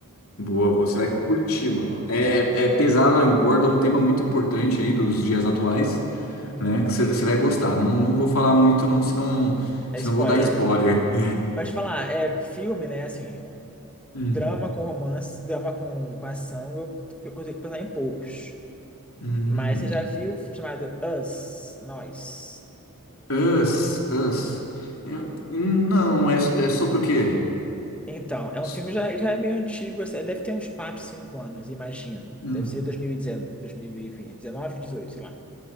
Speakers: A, on the left; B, in the centre.
A: Boa, boa, você vai curtir, mano. É, é pesado, aborda um tema muito importante aí dos dias atuais.
B: Uhum.
A: né? Que você vai gostar. Não, não vou falar muito, não, senão,
B: É
A: senão
B: spoiler.
A: vou dar spoiler. <laughs>
B: Mas te falar, é filme, né? Assim,
A: Hum,
B: drama com romance, drama com, com ação, eu, eu consigo pensar em poucos.
A: hum.
B: Mas você já viu o filme chamado Us, Nós?
A: Us, Us. É, Não, é, é sobre o quê?
B: Então, é um
A: S-
B: filme já, já é meio antigo, assim, deve ter uns 4 5 anos, imagino.
A: hum.
B: Deve ser dois dois mil mil e dezenove, dois mil e vinte 2019, dezoito sei lá.